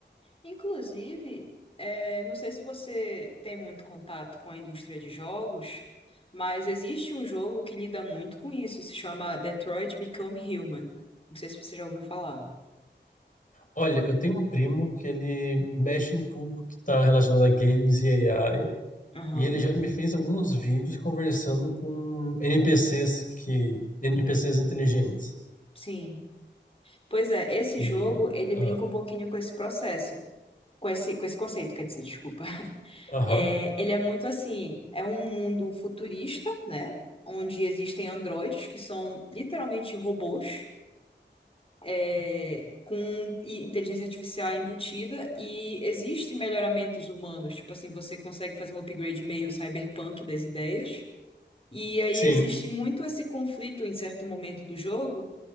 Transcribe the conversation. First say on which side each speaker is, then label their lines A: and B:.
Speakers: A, on the left; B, on the left.
A: Inclusive, é, não sei se você tem muito contato com a indústria de jogos, mas existe um jogo que lida muito com isso, se chama Detroit Become Human. Não sei se você já ouviu falar.
B: Olha, eu tenho um primo que ele mexe em tudo que está relacionado a games e AI,
A: Aham,
B: e ele já me fez alguns vídeos conversando com NPCs que NPCs inteligentes.
A: sim. Pois é, esse
B: E
A: jogo, ele brinca
B: ah,
A: um pouquinho com esse processo, com esse, com esse conceito, quer dizer, desculpa.
B: aham,
A: É, ele é muito assim, é um mundo futurista, né? Onde existem androides que são literalmente robôs, é, com i- inteligência artificial embutida, e existem melhoramentos humanos, tipo assim, você consegue fazer um upgrade meio cyberpunk das ideias. E aí
B: sim,
A: existe muito esse conflito em certo momento do jogo